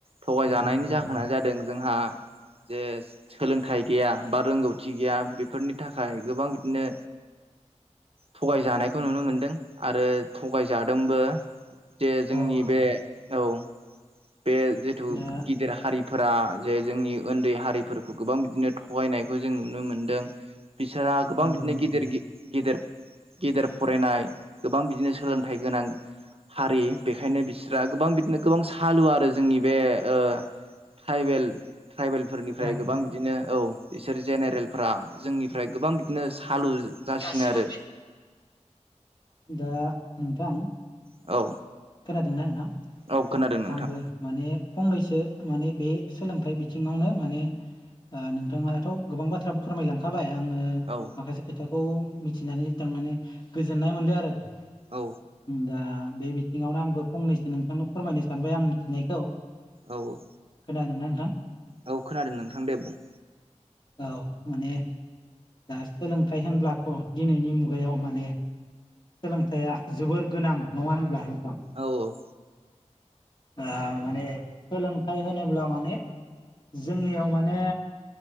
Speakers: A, on the right (about 50°); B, on the left (about 40°).
A: थगायजानायनि
B: नंगौ नंगौ
A: जाहोना जादों जोंहा जे सोलोंथाइ गैया बा रोंगौथि गैया बेफोरनि थाखाय गोबां बिदिनो थगायजानायखौ नुनो मोनदों आरो थगायजादोंबो जे जोंनि
B: औ औ
A: बे औ बे जिथु
B: दा
A: गिदिर हारि फोरा जे जोंनि ओन्दै हारिफोरखौ गोबां बिदिनो थगायनायखौ जों नुनो मोनदों। बिसोरा गोबां
B: नंगौ
A: बिदिनो
B: नंगौ
A: गिदिर गि- गेदेर गेदेर फरायनाय, गोबां बिदिनो सोलोंथाइ गोनां, हारि बेखायनो बिस्रा गोबां बिदिनो गोबां हालुवा आरो जोंनि बे ओ ट्राइबेल - ट्राइबेलफोरनिफ्राय
B: औ
A: गोबां बिदिनो औ बिसोर जेनेरेलफ्रा जोंनिफ्राय गोबां बिदिनो सालु जासिनो
B: गासिबो
A: आरो
B: बे दा नोंथां
A: औ
B: खोनादोंना नोंथां
A: औ खोनादों नोंथां
B: आंबो माने फंनैसो माने बे सोलोंथाइ बिथिङावनो माने ओ नोंथाङाथ गोबां बाथ्रा फोरमायलांखाबाय आङो
A: औ
B: माखासे खोथाखौ मिथिनानै थारमाने गोजोननाय मोनदों आरो। उम
A: औ
B: दा बे बिथिङावनो आंबो फंनैसो नोंथांनो फोरमायनो सानबाय आं मिथिनायखौ
A: औ-औ
B: खोनादोंना नोंथां?
A: औ खोनादों नोंथां दे बुं।
B: औ माने, दा सोलोंथाइ होनब्लाथ' दिनैनि मुगायाव माने, सोलोंथाइया जोबोर गोनां नङा होनब्ला नोंथां?
A: औ-औ
B: ओ माने सोलोंथाइ होनोब्ला माने, जोंनियाव माने,